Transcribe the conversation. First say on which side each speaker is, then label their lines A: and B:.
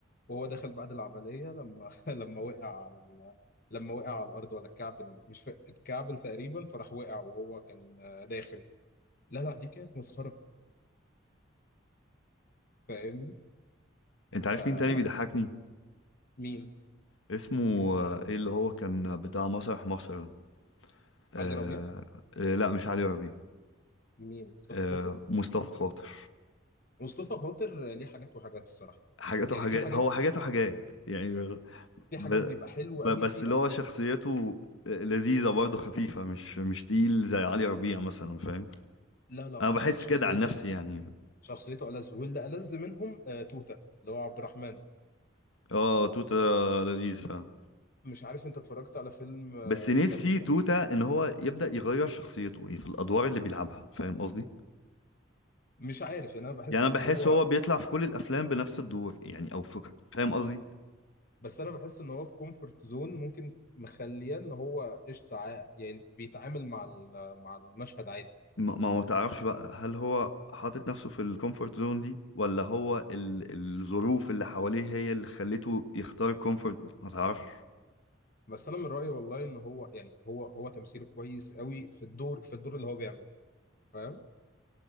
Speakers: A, on the left (about 45°); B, on the left (about 75°).
A: وهو داخل بعد العملية لما <laughs> لما وقع على ال... لما وقع على الأرض ولا اتكعبل مش فا... اتكعبل تقريبا فراح وقع وهو كان آه، داخل لا لا دي كانت مسخرة فاهمني
B: أنت
A: فلا
B: عارف مين تاني بيضحكني
A: مين
B: اسمه آه، إيه اللي هو كان بتاع مسرح مصر ده آه
A: علي ربيع
B: آه لا مش علي ربيع
A: مين مصطفى
B: آه
A: خاطر
B: مصطفى خاطر
A: مصطفى خاطر آه، ليه حاجات وحاجات الصراحة
B: حاجات
A: يعني
B: وحاجات
A: في حاجات
B: هو حاجات وحاجات يعني
A: في
B: ب...
A: حاجات بيبقى حلو قوي
B: ب... بس
A: فيها
B: اللي هو شخصيته لذيذة برضه خفيفة مش مش تقيل زي علي ربيع مثلا فاهم
A: لا لا
B: انا بحس
A: آه، شخصيته
B: كده عن نفسي يعني
A: شخصيته ألذ واللي ألذ منهم آه، توتة اللي هو عبد الرحمن
B: اه توتة لذيذ فاهم
A: مش عارف انت اتفرجت على فيلم آه،
B: بس نفسي
A: كان
B: توتة ان هو يبدأ يغير شخصيته يعني في الادوار اللي بيلعبها فاهم قصدي
A: مش عارف يعني انا بحس
B: يعني
A: ان
B: انا بحس
A: هو
B: هو بيطلع في كل الافلام بنفس الدور يعني او فكرة فاهم قصدي
A: بس انا بحس ان هو في كومفورت زون ممكن مخليه ان هو قشطه عا- يعني بيتعامل مع ال- مع المشهد عادي
B: ما ما هو تعرفش بقى هل هو حاطط نفسه في الكومفورت زون دي ولا هو ال... الظروف اللي حواليه هي اللي خلته يختار الكومفورت ما تعرفش
A: بس انا من رايي والله ان هو يعني هو هو تمثيله كويس قوي في الدور في الدور اللي هو بيعمله فاهم